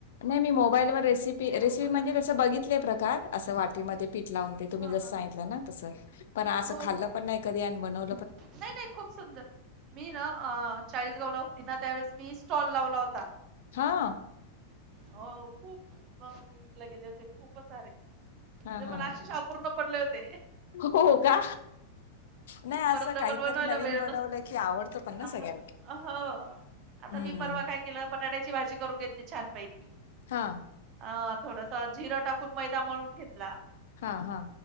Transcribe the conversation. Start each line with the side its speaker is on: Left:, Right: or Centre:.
Left: नाही मी मोबाईलवरर रेसिपी रेसिपी
Right: बघा
Left: म्हणजे
Right: तुम्ही
Left: तसं बघितय प्रकारात असं वाट म ला तुम्ही
Right: हा
Left: जस
Right: हा
Left: सांगितलं ना तस पण अस
Right: हो
Left: खल्लं
Right: हो हो
Left: पण नाही कधी बनव
Right: नाही नाही खूप सुंदर. मी न अ चाळीसगावला होती ना त्यावेळेस मी स्टॉल लावला होता.
Left: हा.
Right: हो खूप म्हणजे विकले गेले होते खूपच सारे. म्हणजे
Left: हां, हां,
Right: मला
Left: हां.
Right: अक्षरशा अपूर्ण पडले होते.
Left: हो का. नाही
Right: परत
Left: असं
Right: डबल
Left: काहीतरी
Right: बनवायला
Left: नवीन
Right: वेळ
Left: बनवलं
Right: नसतो
Left: की आवडतं पण
Right: हां,
Left: ना सगळ्यांना.
Right: हो आता
Left: हम्म
Right: मी परवा काय केलं बटाट्याची भाजी करून घेतली छानपैकी.
Left: हा.
Right: अ थोडस जिरं टाकून मैदा मळून घेतला.
Left: हा हा.